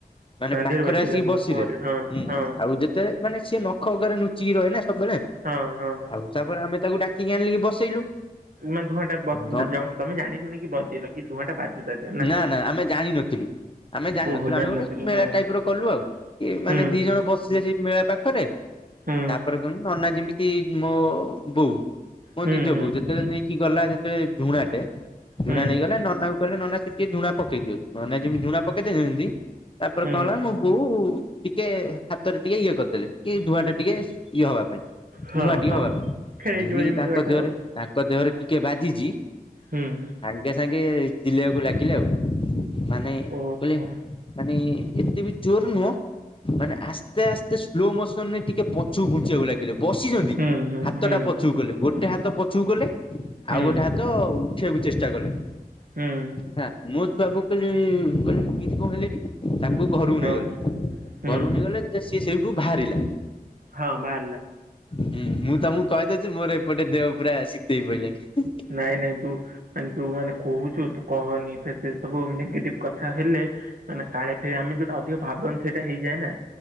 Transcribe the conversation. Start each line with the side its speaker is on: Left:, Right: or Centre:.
Left: ମାନେ ପାଖରେ
Right: ଦେହରେ ବାଜିଲା
Left: ଆସିକି
Right: ମୁହଁରେ
Left: ବସିଲେ
Right: ହଁ ହଁ
Left: ଆଉ ଯେତେ ମାନେ ସିଏ ନଖ ଅଗରେ ଲୁଚିକି ରହେ ନା ସବୁବେଳେ।
Right: ହଁ ହଁ।
Left: ଆଉ ତା ପରେ ଆମେ ତାକୁ ଡାକିକି ଆନ୍ଲିକି ବସେଇଲୁ।
Right: ମାନେ ଧୂଆଁ ଟା ବ
Left: ନ
Right: ତମେ ଜାଣି ଶୁଣିକି ବଜେଇଲ କି ଧୂଆଁ ଟା ବାଜୁ ତା ଦେହ
Left: ନା ନା ଆମେ ଜାଣିିନଥିଲୁ। ଆମେ ଜାଣିନଥିଲୁ
Right: ଓହୋ ଜାଣିନଥିଲ
Left: ଆମେ ଗୋଟେ ମେଳା
Right: ହଁ
Left: ଟାଇପ ର କଲୁ ଆଉ କି ମାନେ
Right: ହୁଁ
Left: ଦି ଜଣ ବସିଲେ ସେଇ ମେଳା ପାଖରେ
Right: ହୁଁ
Left: ତାପରେ କୁହନ୍ତି ନନା ଯେମିତି <unintelligible> ମୋ ବୋଉ ମୋ
Right: ହୁଁ
Left: ନିଜ
Right: ହୁଁ
Left: ବୋଉ ଯେତେବେଳେ ନେଇକି ଗଲା ଯେତେବେଳେ ଝୁଣାଟେ
Right: ହୁଁ
Left: ଝୁଣା ନେଇଗଲା। ନନା କୁ କହିଲେ ନନା ଟିକେ ଝୁଣା ପକେଇ ଦିଅ ନନା ଯେମିତି ଝୁଣା ପକେଇଦେଲେ ଯେମିତି ତାପରେ
Right: ହୁଁ
Left: କଣ ହେଲା ମୋ ବୋଉ ଟିକେ ହାତରେ ଟିକେ ଇଏ କରିଦେଲେ। କି ଧୂଆଁ ଟା ଟିକେ ଇଏ ହବା ପାଇଁ
Right: ହଁ
Left: ଧୂଆଁ ଟିକେ
Right: ହଁ
Left: ହବା ପାଇଁ
Right: ଖେଳିଯିବ
Left: ଯେମିତି ତାଙ୍କ
Right: ଧୂଆଁ ଟା
Left: ଦେହରେ
Right: ଆଉ
Left: ତାଙ୍କ ଦେହରେ ଟିକେ ବାଜିଛି।
Right: ହୁଁ ହୁଁ
Left: ସାଙ୍ଗେ ସାଙ୍ଗେ ଚିଲେଇବାକୁ ଲାଗିଲେ ଆଉ ମାନେ
Right: ଓହୋ
Left: କହିଲେ ମାନେ ଏତେ ବି ଜୋର ନୁହଁ। ମାନେ ଆସ୍ତେ ଆସ୍ତେ ସ୍ଲୋ ମୋ ତମେ <unintelligible> ଟିକେ ପଛକୁ ଘୁଞ୍ଚିବାକୁ ଲାଗିଲେ ବସିଛନ୍ତି
Right: ହୁଁ ହୁଁ
Left: ହାତଟା
Right: ହୁଁ
Left: ପଛକୁ କଲେ। ଗୋଟେ ହାତ ପଛକୁ କଲେ
Right: ହୁଁ
Left: ଆଉ ଗୋଟେ ହାତ ଉଠେଇବାକୁ ଚେଷ୍ଟା କଲେ।
Right: ହୁଁ
Left: ହଁ ମୁଁ ବାବୁ <unintelligible> କହିଲି ଏମିତି କଣ <unintelligible> ହେଲେଣି? ତାଙ୍କୁ <unintelligible> ଘରକୁ
Right: ହଁ
Left: ନେଇଗଲେ। ଘରକୁ
Right: ହୁଁ
Left: ନେଇଗଲେ
Right: ହଁ
Left: ସି ଏ ସେଇଠୁ ବାହାରିଲା।
Right: ହଁ ବାହାରିଲା।
Left: ହୁଁ ମୁଁ ତମକୁ କହିଦଉଛି ମୋର ଏପଟେ ଦେହ ପୁରା ଶିତେଇ ପଇ ଲାଣି। <unintelligible>
Right: ନାଇଁ ନାଇଁ ତୁ ମାନେ ତୁ ମାନେ କହୁଛୁ ତୁ କହନି ଏ ସେ ସବୁ ନେଗେଟିଭ୍ କଥା ହେଲେ ମାନେ କାଳେ ସେ ଆମେ ଯଉଟା ଅଧିକ ଭାବନ୍ତି ସେଇଟା ହେଇଯାଏ ନା